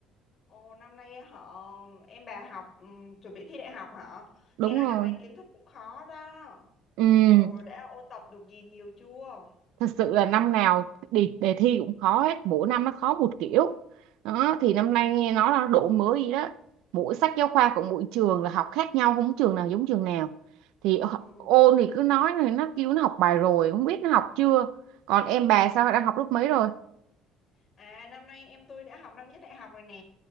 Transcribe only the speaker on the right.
đúng
rồi
ừ
thật sự là năm nào đề, đề thi cũng khó hết mỗi năm nó khó một kiểu đó thì năm nay nghe nói là độ mới gì đó mỗi sách giáo khoa của mỗi trường là học khác nhau không trường nào giống trường nào thì họ-
ôn thì cứ nói này nó kêu nó học bài rồi không biết nó học chưa còn em bà sao đang học lớp mấy rồi